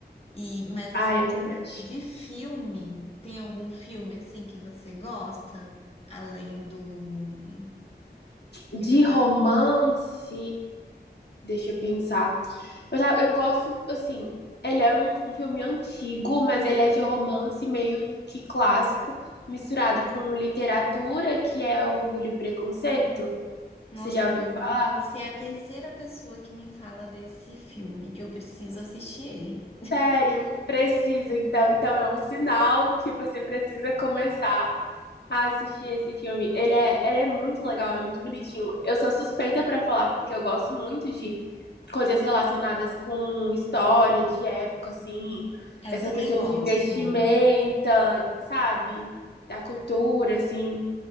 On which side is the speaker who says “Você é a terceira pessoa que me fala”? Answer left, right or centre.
Left